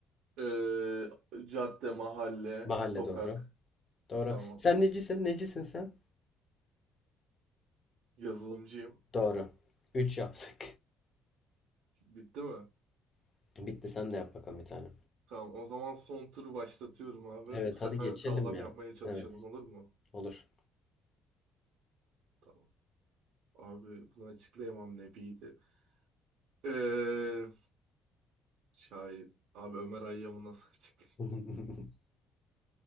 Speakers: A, on the right; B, on the left.
A: Ee, cadde, mahalle,
B: Mahalle
A: sokak.
B: doğru. Doğru.
A: Tamam.
B: Sen necisin? Necisin sen?
A: Yazılımcıyım.
B: Doğru. 3 yaptık.
A: Bitti mi?
B: <laughs> Bitti sen de yap bakalım bir tane.
A: Tamam. O zaman son turu başlatıyorum abi.
B: Evet
A: Bu sefer
B: hadi geçelim
A: sağlam
B: ya.
A: yapmaya çalışalım
B: Evet
A: olur mu?
B: olur.
A: Tamam. Abi bunu açıklayamam nebiydi. Ee, şair. Abi Ömer Hayyam'ı nasıl açıklayayım?
B: <laughs>